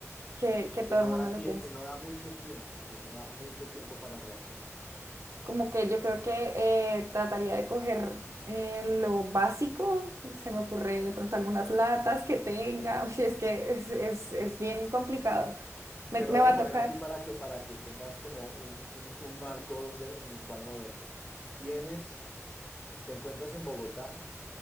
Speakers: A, on the right; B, on the left.
A: que, que todo
B: que
A: el
B: no
A: mundo
B: da
A: lo
B: tiempo,
A: que es.
B: que no da mucho tiempo, que no da mucho tiempo para reaccionar.
A: Como que yo creo que eh, trataría de coger eh, lo básico, se me ocurre de pronto algunas latas que tenga, <laughs> o sea, es que es, es, es bien complicado. me
B: Te lo
A: me
B: voy
A: va
B: a
A: a
B: poner
A: tocar.
B: así para que, para que tengas como un, un- un marco donde, en el cual moverte. Tienes, te encuentras en Bogotá,